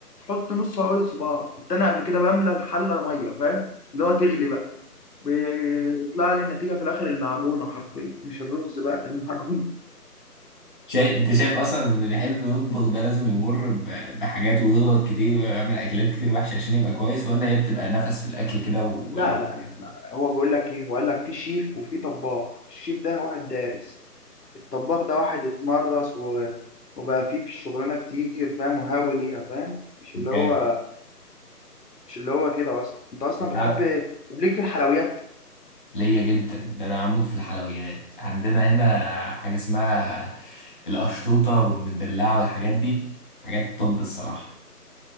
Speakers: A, on the left; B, on the left.
A: تحط نص عقله صباع كنت انا قبل كده بملى الحله ميه فاهم اللي هو تغلي بقى بيطلع لي النتيجه في الاخر المعجونه حرفيا مش الرز بقى المعجون
B: شايف انت شايف اصلا ان اللي يحب يطبخ ده لازم يمر ب- بحاجات ويغلط كتير ويعمل اكلات كتير وحشه عشان يبقى كويس ولا هي بتبقى نفس في الاكل كده و-
A: لا
B: وال-
A: لا يعني هو بيقول لك ايه هو قال لك في شيف وفي طباخ الشيف ده واحد دارس الطباخ ده واحد اتمرس و... وبقى فيه في الشغلانه كتير فاهم وهاوي ليها فاهم مش
B: جامد
A: اللي هو مش اللي هو كده اصلا انت اصلا
B: انت
A: بتحب
B: عارف-
A: ليك في الحلويات
B: ليا جدا ده انا عمود في الحلويات عندنا هنا حاجه اسمها القشطوطه والمدلعه والحاجات دي حاجات طب الصراحه